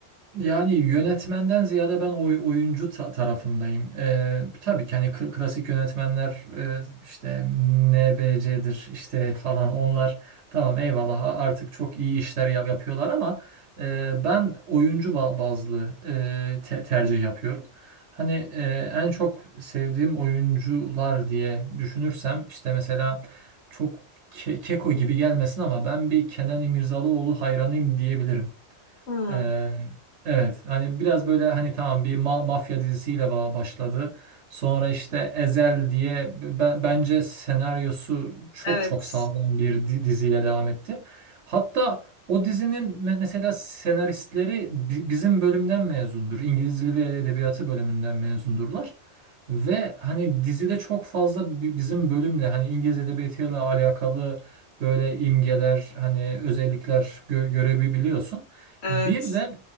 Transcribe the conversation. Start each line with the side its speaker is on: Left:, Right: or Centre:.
Right: Yani yönetmenden ziyade ben oy, oyuncu ta- tarafındayım. Ee, tabii ki hani kl- klasik yönetmenler e, işte NBC'dir işte falan onlar tamam eyvallah a- artık çok iyi işler yap- yapıyorlar ama e, ben oyuncu ba- bazlı e, te- tercih yapıyorum. Hani e, en çok sevdiğim oyuncular diye düşünürsem işte mesela çok ke- keko gibi gelmesin ama ben bir Kenan İmirzalıoğlu hayranıyım diyebilirim.
Left: Hmm,
Right: Ee, evet hani biraz böyle hani tamam bir ma- mafya dizisiyle ba- başladı. Sonra işte Ezel diye be- bence senaryosu çok
Left: evet.
Right: çok sağlam bir di- diziyle devam etti. Hatta o dizinin me- mesela senaristleri bi- bizim bölümden mezundur. İngiliz Dili ve Edebiyatı bölümünden mezundurlar. Ve hani dizide çok fazla bi- bizim bölümle hani İngiliz edebiyatıyla alakalı böyle imgeler hani özellikler gö görebiliyorsun.
Left: Evet.
Right: Bir de